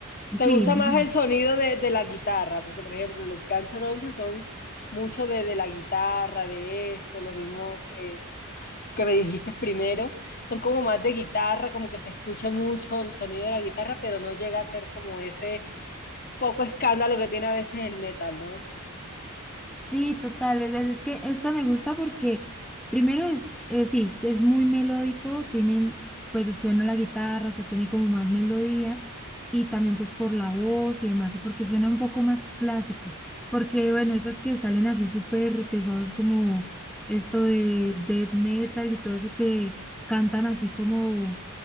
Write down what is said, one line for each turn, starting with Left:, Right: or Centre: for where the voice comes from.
Left: te
Centre: sí,
Left: gusta
Centre: dime.
Left: más el sonido de, de la guitarra? Porque, por ejemplo, los Guns N' Roses son mucho de, de la guitarra, de esto, los mismos eh, que me dijiste primero. Son como más de guitarra, como que se escucha mucho el sonido de la guitarra, pero no llega a ser como ese poco escándalo que tiene a veces el metal, ¿no?
Centre: Sí, total. Es, es que esta me gusta porque primero es, eh, sí, es muy melódico, tiene, pues suena la guitarra, o sea, tiene como más melodía y también pues por la voz y demás, y porque suena un poco más clásico, porque bueno, esas que salen así súper pesados como esto de death metal y todo eso que cantan así como,